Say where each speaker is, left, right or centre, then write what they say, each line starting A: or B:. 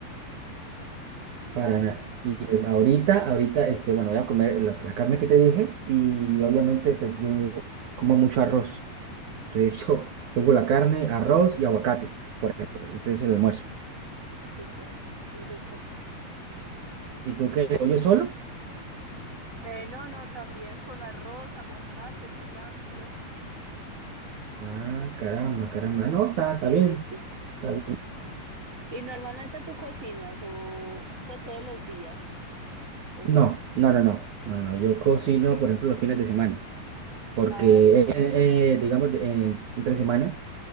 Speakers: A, on the right; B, on the right.
A: vale,
B: para nada. Y pues ahorita, ahorita, este, bueno, voy a comer la, la carne que te dije y obviamente pues yo como mucho arroz. Entonces <laughs> yo pongo la carne, arroz y aguacate. Ese es el almuerzo.
A: súper, muy rico.
B: ¿Y tú qué? ¿Pollo solo?
A: Eh, no, no, también con arroz, aguacate, cilantro.
B: Ah, caramba, caramba. No, está,
A: Sí,
B: está bien,
A: sí, sí.
B: está bien.
A: Y normalmente tú cocinas o pues todos los días, ¿o
B: No,
A: no?
B: no, no, no, no, no. Yo cocino, por ejemplo, los fines de semana, porque,
A: Ah, ya.
B: eh, eh, digamos, eh, entre semana,